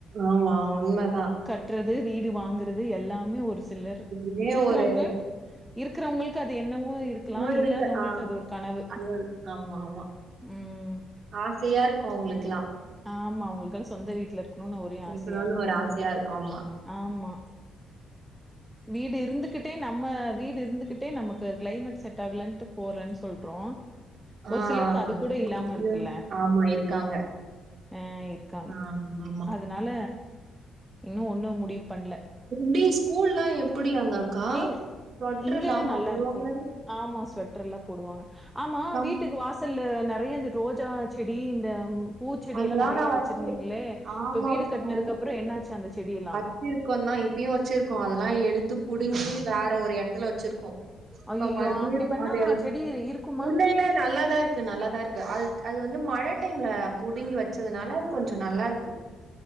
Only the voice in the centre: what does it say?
ட்டுறது வீடு வாங்கறது எல்லாமே ஒரு சிலர்
இருக்றவுங்க
இருக்றவங்களுக்கு அது என்னவோ இருக்கலா
இல்லாதவங்களுக்கு
அது ஒரு கனவு
ம்
ஆமா அவுங்களுக்கெல்லா சொந்த வீட்ல இருக்கணுன் ஒரே
ஆசையாருக்கு
ஆமா வீடு இருந்துகிட்டே நம்ம வீடு இருந்துகிட்டே நமக்கு கிளைமேட் செட் ஆகலட்டு போலன் சொல்றோ ஒரு
சிலருக்கு அது
கூட இல்லாம இருக்குல்ல
அ இருக்காங்க
அதனால இன்னு ஒண்ணு முடிவு பண்ல
இங்
இங்கெல்லா நல்லா
இருக்கு ஆமா ஸ்வெட்டர்ல்லா போடுவாங்க ஆமா
வீட்டுக்கு வாச சல்லு நறைய இந்த ரோஜா செடி இந்த பூச்செடி
எல்லா நறைய
வெச்சிருந்தீங்ளே
இப்ப வீடு கட்னதுக்கு அப்றோ என்னாச்சு அந்த செடி எல்லா
ஐயயோ
அப்டி பண்ணா
செடி இருக்குமா